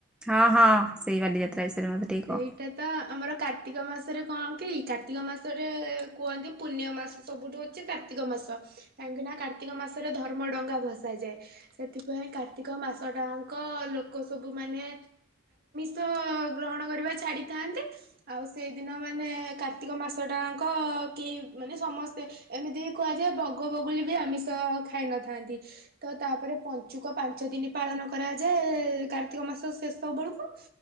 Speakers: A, in the centre; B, on the right.
A: ହଁ ହଁ ସେଇ ବାଲିଯାତ୍ରା ବିଷୟରେ ମତେ ଟିକେ
B: ସେଇଟା
A: କହ।
B: ତ ଆମର କାର୍ତ୍ତିକ ମାସରେ କଣ କାର୍ତ୍ତିକ କାର୍ତ୍ତିକ ମାସରେ କୁହନ୍ତି ପୂଣ୍ୟ ମାସ ସବୁଠୁ ହଉଛି କାର୍ତ୍ତିକ ମାସ କାହିଁକି ନା କାର୍ତ୍ତିକ ମାସରେ ଧର୍ମ ଡଙ୍ଗା ଭସାଯାଏ ସେଥିପାଇଁ କାର୍ତ୍ତିକ ମାସ ଟାଙ୍କ ଲୋକ ସବୁ ମାନ ତ ଗ୍ରହଣ କରିବା ଛାଡ଼ିଥାନ୍ତି ଆଉ ସେଇଦିନ ମାନେ କାର୍ତ୍ତିକ ମାସ ଟାଙ୍କ କେହି ମାନେ ସମସ୍ତେ ଏମିତି ବି କୁହାଯାଏ ବଗ ବଗୁଲି ବି ଆମିଷ ଖାଇନଥାନ୍ତି ତ ତାପରେ ପଞ୍ଚୁକ ପାଞ୍ଚ ଦିନ ପାଳନ କରାଯାଏ କାର୍ତ୍ତିକ ମାସ ଶେଷ ବେଳକୁ